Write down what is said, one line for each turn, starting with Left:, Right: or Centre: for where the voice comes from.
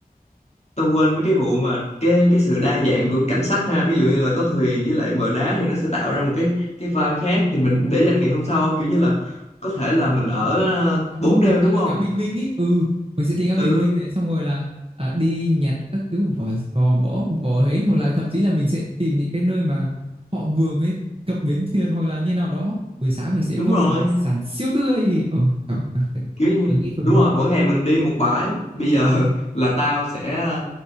Left: tao quên mấy cái vụ mà cái cái sự đa dạng của cảnh sắc ha ví dụ như là có thuyền với lại bờ đá thì nó sẽ tạo ra một cái cái vibe khác thì mình để dành ngày hôm sau kiểu như là có thể là
Right: ờ,
Left: mình ở
Right: ha.
Left: ờ,
Right: ngắm
Left: bốn
Right: hoàng
Left: đêm
Right: hôn
Left: đúng
Right: à
Left: không
Right: đi ngắm bình minh ý ừ mình sẽ đi ngắm
Left: ừ
Right: bình minh này xong rồi là à, đi nhặt các thứ vỏ sò vỏ vỏ hến hoặc là thậm chí là mình sẽ tìm những cái nơi mà họ vừa mới cập bến thuyền hoặc là như nào đó buổi sáng mình sẽ
Left: đúng
Right: mua
Left: rồi
Right: được đồ hải sản siêu tươi ờ, trời, trời,
Left: kiểu như
Right: mình nghĩ thôi
Left: đúng
Right: mà
Left: rồi mỗi ngày mình đi một bãi bây giờ <laughs> là tao sẽ ờ,